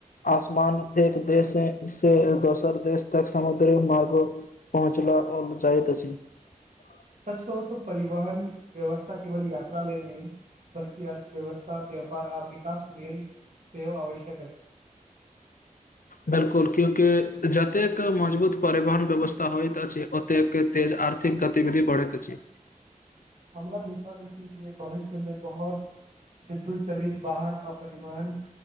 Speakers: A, on the left; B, on the right.
A: आसमान एक देश से दोसर देश तक समुद्रिक मार्ग पहुँचला जाइत अछि। <unintelligible>
B: सच कहू तऽ परिवहन व्यवस्था केवल यात्रा लेल नहि बल्कि अर्थव्यवस्था व्यापार आदिक। कशट लेल- सेहो आवश्यक। ट के
A: बिल्कुल, क्यूकि जतेक मजबूत परिवहन व्यवस्था होइत अछि, ओतेक तेज आर्थिक गतिविधि बढ़ैत अछि।
B: हमरा विश्वास भविष्य मे बहुत विद्युत चलित वाहन आ परिवहन